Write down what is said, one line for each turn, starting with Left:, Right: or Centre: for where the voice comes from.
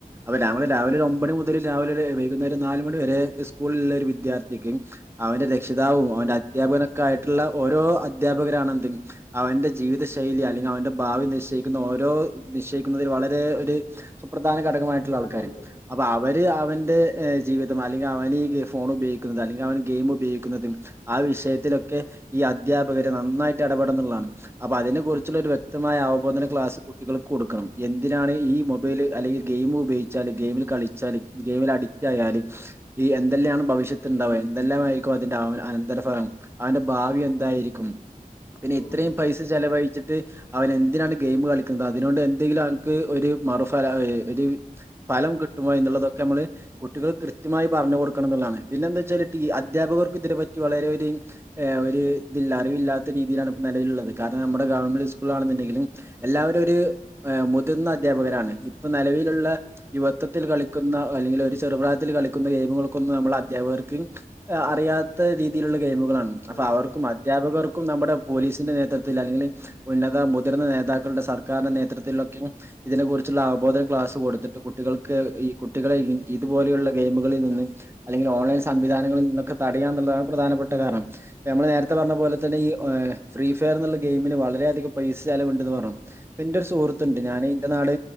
Right: അപ്പൊ രാവിലെ രാവിലെ ഒരു ഒമ്പണി മുതൽ രാവിലെ വൈകുന്നേരം നാലുമണി വരെ ഇസ്കൂളിലള്ള ഒരു വിദ്യാർത്ഥിക്ക്- അവന്റെ രക്ഷിതാവും അവന്റെ അധ്യാപന- ആയിട്ടുള്ള ഓരോ അധ്യാപകരാണ് എന്തെങ്കിൽ അവന്റെ ജീവിത ശൈലി അല്ലെങ്കിൽ അവന്റെ ഭാവി നിശ്ചയി ക്കുനഓരോ നിശ്ചയിക്കുന്നതിൽ വളരെ ഒരു സുപ്ര ധാന ഘടകമായിട്ടുള്ള ആൾക്കാരും
Left: അതെ അതെ
Right: അപ്പൊ അവര് അവ- ജീവിതം അല്ലെങ്കിൽ അവന് ഫോൺ ഉപയോഗിക്കുന്നത് അല്ലെങ്കിൽ അവൻ ഗെയിം ഉപയോഗിക്കുന്നതും ആ വിഷയത്തിലൊക്കെ ഈ അധ്യാപകര് നന്നായിട്ട് ഇടപെടുന്നുള്ളതാണ് അപ്പൊ അതിനെ കുുറിച്ചുള്ള ഒര് വ്യക് മായ അവബോധന കുട്ടികൾക്ക് കൊടുക്കണം എന്തിനാണ് ഈ മൊബൈൽ അല്ലെങ്കിൽ ഗെയിമ ഉപയോഗിച്ചാല് ഗെയിമിൽ കളിച്ചാല് ഗെയിമിൽ അഡിക്റ്റ് ആയാാല് ഈ എന്തെല്ലാാണ് ഭവിഷ്യത്ത്ുണ്ടാവുക എന്തെല്ലാ ആയിരിക്കും അതിന്റെ അവ അനന്തര ഫലം അവന്റെ ഭാവി എന്തായിരിക്കും പിന്നെ
Left: ഉം
Right: ഇത്രയും
Left: ഉം
Right: പൈസ ചെലവഴിച്ചിട്ട് ് അവന എന്തിനാണ് ഗെയിം കളിക്കുന്നത് അതിനൊണ്ട് എന്തെങ്കിലും എക്ക് മറു പരവെ ഇവര് ഫലം കിട്ട് ട്ടുമോ എന്നുള്ളതോ നമ്മള് കുട്ടികൾക്ക് കൃത്യമായി പറഞ്ഞു കൊടുക്കണം എന്നുള്ളതാണ്. പിന്നെ എന്താ വെച്ചാല് ടീ അധ്യാപകർക്ക് ഇതിനനെപ്പറ്റി വളരെ ഒര് ഒരു ഇതില്ല. അറിവില്ലാത്ത രീതിയിലാണ് ഇപ്പ നിലവിലുള്ളത്. കാരണം നമ്മുടെ ഗവൺമെന്റ് സ്കൂളിലാണെന്നുണ്ടെങ്കിലും എല്ലാവരും ഒരു മുതിർന്ന അധ്യാപകരാണ്. ഇപ്പൊ നിലവിലുള്ള യുവത്വത്തിൽ കളിക്കുന്ന അല്ലെങ്കിൽ ഒരു ചെറുപ്രായത്തിൽ കളിക്കുന്ന ഗെയിമുകൾക്കൊന്നും നമ്മൾ അധ്യാപകർക്ക് അറിയാത്ത രീതിയിലുള്ള ഗെയിമുകളാണ് അപ്പൊ
Left: അതെ
Right: അവർക്കും
Left: അതെ
Right: അധ്യാപകർ ക്കും നമ്മുടെ പോലീസിന്റെ നേതൃത്വത്തില് അല്ലെങ്കില് ഉന്നത മുതിർന്ന നേതാ ക്കളുടെ സർക്കാരിന്റെ നേതൃത്വത്തിലൊക്കെയും ഇതിനെ കുറി ച്ചുള്ള അവബോധന ക്ലാസ് കൊടുത്തിട്ട് കുട്ടികൾക്ക് ഈ കു ട്ടികളെ ഇ ഇതുപോലെയുള്ള ഗെയിമുകളിൽ നിന്ന് അല്ലെങ്കിൽ ഓൺലൈൻ സംവിധാനങ്ങളിൽ നിന്നൊക്കെ തടയാ എന്നുള്ളതാണ് പ്രധാനപ്പെട്ട കാരണം. നമ്മൾ നേരത്തെ പറഞ്ഞപോലെ തന്നെ ഈ ഫ്രീ ഫയർ എന്നുള്ള ഗെയിമിന് വളരെയധികം പൈസ ചെലവ് ഉണ്ടെന്ന് പറഞ്ഞൂ. പ്പെന്റെ ഒരു സുഹൃത്തുണ്ട്
Left: ഉം
Right: ഞാനി എന്റെ നാട്